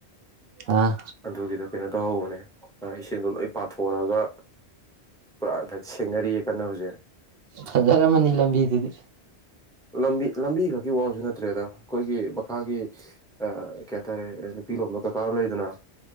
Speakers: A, on the right; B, in the centre.
A: ꯑꯥ
B: ꯑꯗꯨꯒꯤꯗꯣ ꯀꯩꯅꯣ ꯇꯧꯍꯧꯕꯅꯦ ꯑ ꯏꯁꯤꯡꯗꯣ ꯂꯣꯏ ꯄꯥꯊꯣꯛꯑꯒ ꯁ ꯄꯨꯔꯥ ꯁꯦꯡꯅꯔꯤꯌꯦ ꯀꯟꯅ ꯍꯧꯖꯤꯛ꯫
A: ꯐꯖꯔꯝꯃꯅꯤ ꯂꯝꯕꯤꯗꯨꯗꯤ
B: ꯂꯝꯕꯤ ꯂꯝꯕꯤ ꯈꯛꯀꯤ ꯋꯥꯁꯨ ꯅꯠꯇ꯭ꯔꯦꯗ ꯑꯩꯈꯣꯏꯒꯤ ꯃꯈꯥꯒꯤ ꯑꯥ ꯀꯩ ꯍꯥꯏꯇꯥꯔꯦ ꯅꯨꯄꯤ ꯂꯣꯟꯕ ꯀꯀꯥ ꯑꯃ ꯂꯩꯗꯅ